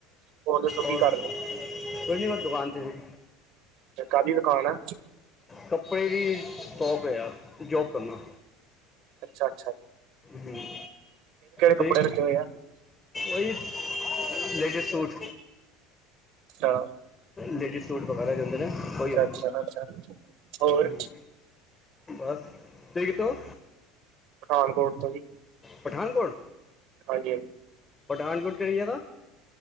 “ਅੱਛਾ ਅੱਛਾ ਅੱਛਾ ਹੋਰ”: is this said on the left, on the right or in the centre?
Right